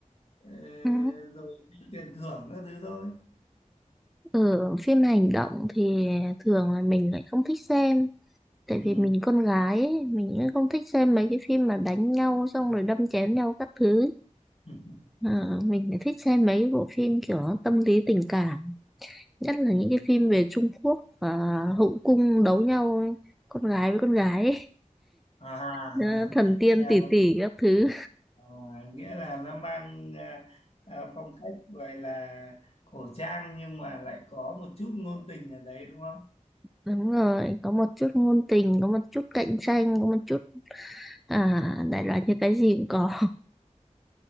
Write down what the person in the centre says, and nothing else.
ừ,
ở phim hành động thì thường là mình lại không thích xem tại
vì mình con gái ấy, mình cũng không thích xem mấy cái phim mà đánh nhau xong rồi đâm chém nhau các thứ.
Ờ, mình lại thích xem mấy cái bộ phim kiểu tâm lý tình cảm nhất là
những cái phim về Trung Quốc và hậu cung đấu nhau ấy. con gái với con gái ấy.
Ờ, thần
tiên tỷ
tỷ các thứ
đúng rồi có một chút ngôn tình có một chút cạnh tranh có một chút à đại loại như cái gì cũng có